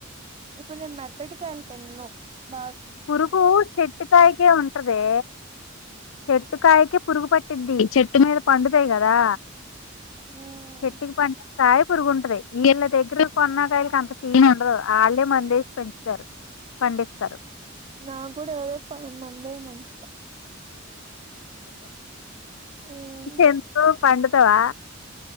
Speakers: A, on the right (about 30°); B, on the left (about 70°).
A: ఇప్పుడు నెను మెత్తటి కాయన్ తిన్ను బా
B: పురుగూ చెట్టుకాయకే ఉంటదే చెట్టుకాయక్ కె పురుగు పట్టింది చెట్టు మీద పండుతాయి కదా
A: ఉమ్
B: చెట్టుకి పం కాయ కి పురుగుట్ది ఈళ్ళ దేగ్గర కొన్నాగాయలు అంత సీన్ ఉండ్దూ అళ్ళే మందేసి పెంచుతారు పండితారు
A: నా గూడా ఏదోప్ప మందేమమ్మీ ఉమ్
B: ఎంతో పండుతవా